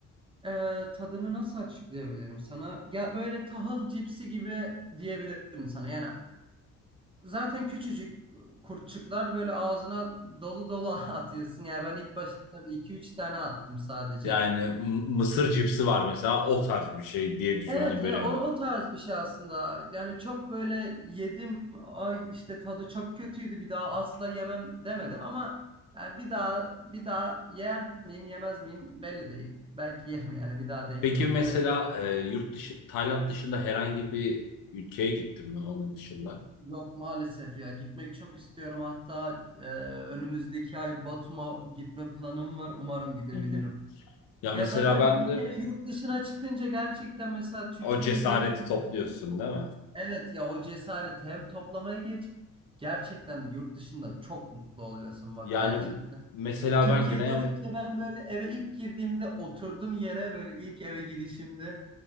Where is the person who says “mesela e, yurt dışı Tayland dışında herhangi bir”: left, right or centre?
Left